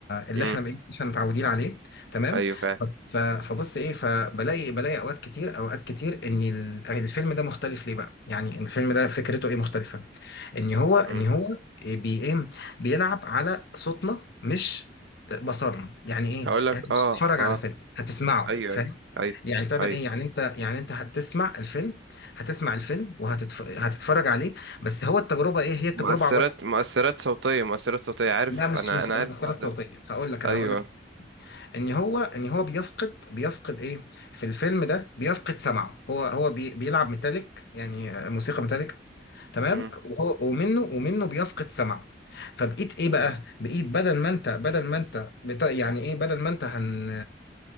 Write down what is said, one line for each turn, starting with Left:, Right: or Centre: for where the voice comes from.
Left: اللي
Right: امم
Left: احنا اللي احنا متعودين عليه تمام
Right: ايوه فعلا
Left: ف- فبص ايه فبلاقي بلاقي اوقات كتير اوقات كتير ان ال- الفيلم ده مختلف ليه بقى يعني الفيلم ده فكرته ايه مختلفه ان هو ان
Right: امم
Left: هو إيه بي ايه بيلعب على صوتنا مش بصرنا يعني ايه يعني
Right: هقول لك
Left: انت مش
Right: اه
Left: بتتفرج
Right: اه
Left: على فيلم هتسمعه
Right: ايوه ايوه ايوه
Left: يعني ابتدى
Right: ايوه
Left: ايه يعني انت يعني انت هتسمع الفيلم هتسمع الفيلم وهتتف... هتتفرج عليه بس هو التجربه ايه هي التجربه
Right: مؤثرات
Left: عباره
Right: مؤثرات صوتية مؤثرات صوتية عارف
Left: عن- لا مش
Right: أنا
Left: مش
Right: أنا
Left: مؤثرات
Right: عارف الحوار ده
Left: صوتيه هقول لك انا
Right: أيوه
Left: هقول لك ان هو ان هو بيفقد بيفقد ايه في الفيلم ده بيفقد سمعه هو هو بي بيلعب ميتاليك يعني موسيقى ميتاليك تمام
Right: مم.
Left: وهو ومنه ومنه بيفقد سمعه فبقيت ايه بقى بقيت بدل ما انت بدل ما انت بتا يعني ايه بدل ما انت هن